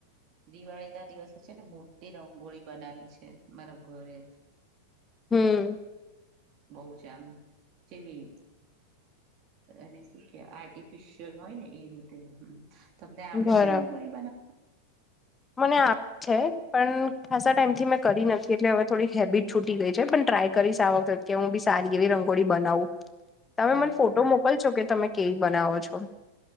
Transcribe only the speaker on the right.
દિવાળી ના દિવસો છે ને મોટી રંગોળી બનાવી છે મારા ઘરે
બઉ છે આમ જેવી અને શું કેવા આર્ટિફિશયલ હોય ને એ રીતે તમને હમ્મ આવડે
છે રંગોળી બનાવ
હમ